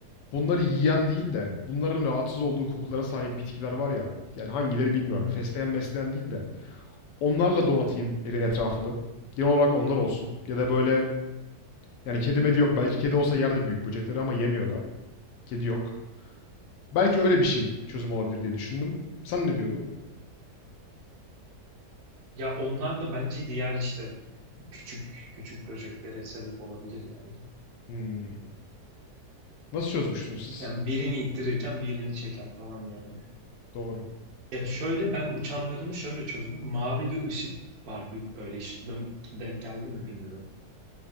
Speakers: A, on the left; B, on the right.
A: bunları yiyen değil de bunların rahatsız olduğu kokulara sahip bitkiler var ya. Yani hangileri bilmiyorum.
B: hı hı.
A: Fesleğen mesleğen değil de. Onlarla donatayım evin etrafını. Genel olarak onlar olsun. Ya da böyle yani kedi medi yok. Belki kedi olsa yerde büyük böcekleri ama yemiyor da. Kedi yok. Belki öyle bir şey çözüm olabilir diye düşündüm. Sen ne diyordun?
B: Ya onlar da bence diğer işte küçük küçük böceklere sebep olabilir yani.
A: Hmm. Nasıl çözmüştünüz siz?
B: Yani birini ittirirken birini çeker falan yani.
A: Doğru.
B: Ya şöyle ben uçanlarını şöyle çözdüm. Mavi bir ışık var bir- böyle hiç denk, denk geldi mi bilmiyorum.